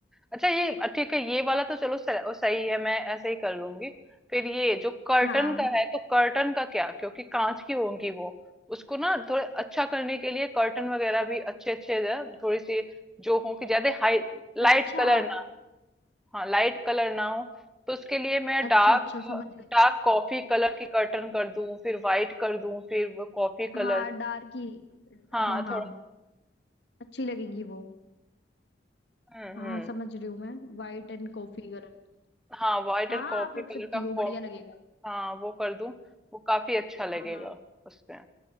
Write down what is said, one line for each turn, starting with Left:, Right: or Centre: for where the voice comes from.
Centre: अच्छा ये अ, ठीक है ये वाला तो चलो स- ओ, सही है मैं ऐसे ही कर लूंगी फिर ये जो कर्टन
Left: हाँ
Centre: का है तो कर्टन का क्या क्योंकि कांच की होंगी वो उसको ना थोड़े अच्छा करने के लिए कर्टन वगैरह भी अच्छे अच्छे ज- थोड़ी सी जो हो कि ज्यादा हाई लाइट
Left: अच्छा
Centre: कलर ना हो हाँ लाइट कलर ना हो तो उसके लिए मैं डार्क
Left: अच्छा अच्छा समझ गई
Centre: डार्क
Left: मैं
Centre: कॉफी कलर की कर्टन कर दूं फिर व्हाइट कर दूं फिर वो कॉफी कलर
Left: हाँ डार्क ही
Centre: हाँ
Left: हाँ हाँ
Centre: थोड़ा
Left: अच्छी लगेंगी वो
Centre: हम्म
Left: हाँ
Centre: हम्म
Left: हाँ समझ रही हूँ मैं वाइट एंड कॉफी कलर की
Centre: हाँ व्हाइट
Left: हाँ
Centre: एंड कॉफी
Left: आप रख
Centre: कलर
Left: सकती
Centre: का
Left: हो
Centre: कॉम्बो
Left: बढ़िया लगेगा
Centre: हाँ वो कर दूं वो काफी अच्छा लगेगा
Left: हाँ हाँ
Centre: उसमें